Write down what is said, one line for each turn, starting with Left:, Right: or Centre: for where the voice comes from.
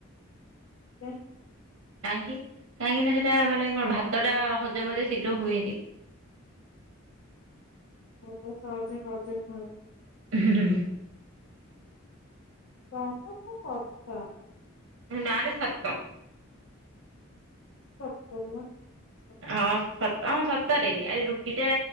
Left: <unintelligible>
Right: କାହିଁକି? କାହିଁକି ନା ସେଟା ମାନେ କଣ ଭାତ ଟା ହଜମ ରେ ଶୀଘ୍ର ହୁଏନି।
Left: ଭାତ ସହଜ ରେ ହଜମ ହୁଏ।
Right: ହୁଁ ହୁଁ ହୁଁ।
Left: ତମର ତ କଥା।
Right: ଏ ନାଲୋ ସତ।
Left: <unintelligible> ସତେ
Right: ହଁ ସତ ହଁ ସତରେ। ଆଜି ରୁଟି ଟା